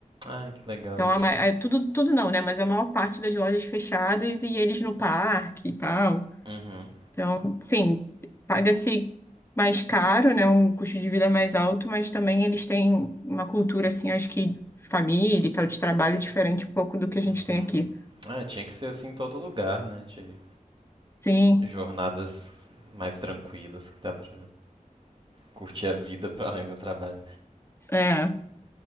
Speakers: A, on the right; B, on the left.
A: Ai, que legal.
B: Então, a ma- é tudo, tudo não, né? Mas a maior parte das lojas fechadas e eles no parque e tal.
A: Uhum.
B: Então, sim, paga-se mais caro, né? Um custo de vida mais alto, mas também eles têm uma cultura, assim, acho que de família e tal, de trabalho diferente um pouco do que a gente
A: Uhum.
B: tem aqui.
A: Ah, tinha que ser assim em todo lugar, né? De
B: Sim,
A: jornadas mais tranquilas, que dá pra curtir a vida pra além do trabalho.
B: é.